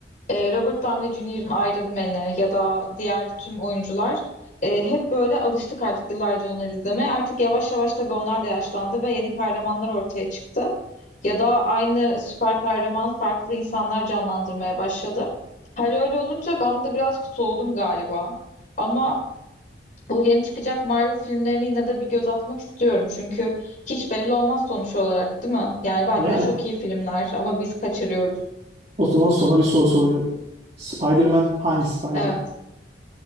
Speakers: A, on the left; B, on the right.
A: e, Robert Downey Jr.'ın Iron Man'i ya da diğer tüm oyuncular e, hep böyle alıştık artık yıllardır onları izlemeye. Artık yavaş yavaş tabii onlar da yaşlandı ve yeni kahramanlar ortaya çıktı. Ya da aynı süper kahraman farklı insanlar canlandırmaya başladı. Her öyle olunca ben de birazcık soğudum galiba. Ama bu yeni çıkacak Marvel filmlerine yine de bir göz atmak istiyorum. Çünkü hiç belli olmaz sonuç olarak, değil mi? Yani belki
B: Yani
A: de çok iyi filmler ama biz kaçırıyoruz.
B: o zaman sana bir soru soruyorum. Spider-Man hangi Spider-Man?
A: Evet.